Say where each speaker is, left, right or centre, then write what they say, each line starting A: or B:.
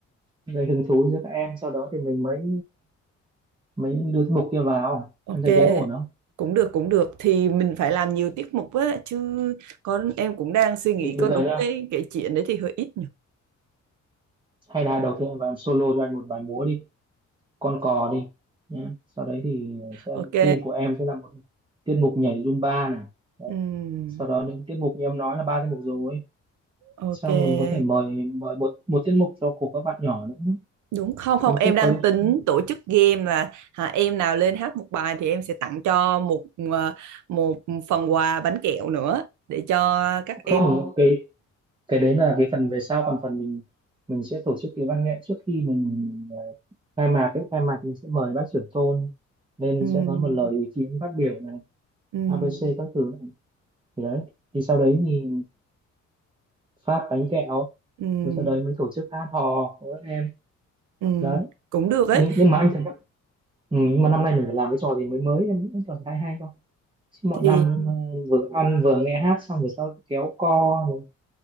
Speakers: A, on the right; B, on the right.
A: gây hứng thú cho các em sau đó thì mình mới mới đưa tiết mục kia vào
B: ok
A: em thấy thế ổn không
B: cũng được cũng được thì mình phải làm nhiều tiết mục á chứ con em cũng đang suy nghĩ
A: thì bây
B: có
A: giờ
B: đúng
A: nhá
B: cái kể chuyện đấy thì hơi ít
A: hay là đầu tiên em vào em solo cho anh một bài múa đi con cò đi nhé sau đấy thì sẽ
B: ok
A: team của em sẽ là một tiết mục nhảy Zumba này đấy
B: ừm,
A: sau đó những tiết mục như em nói là ba tiết mục rồi
B: ok
A: xong mình có thể mời mời một một tiết mục cho của các bạn nhỏ nữa
B: đúng không không
A: hôm
B: em
A: trước
B: đang
A: có cái-
B: tính tổ chức game là hả, em nào lên hát một bài thì em sẽ tặng cho một ờ, một phần quà bánh kẹo nữa để cho các
A: không
B: em
A: cái cái đấy là cái phần về sau còn phần mình mình sẽ tổ chức cái văn nghệ trước khi mình ờ, khai mạc ấy khai mạc mình sẽ mời bác trưởng thôn lên
B: Ừm,
A: sẽ có một lời ý kiến phát biểu này
B: ừm,
A: ABC các thứ này. thì đấy thì sau đấy thì phát bánh kẹo
B: ừm,
A: rồi sau đấy mới tổ chức hát hò của các em
B: ừm,
A: đấy
B: cũng được ấy
A: nhưng nhưng mà anh thấy các- ừ, nhưng mà năm nay mình phải làm cái trò gì mới mới em nghĩ cái trò gì hay hay không chứ mọi
B: thì
A: năm ờ, vừa ăn vừa nghe hát xong rồi sau kéo co rồi